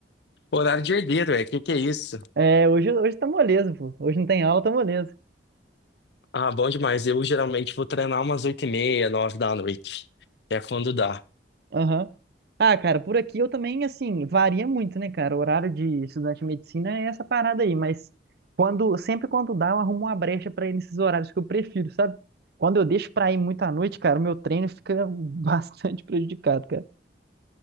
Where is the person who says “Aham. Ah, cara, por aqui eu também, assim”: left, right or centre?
Right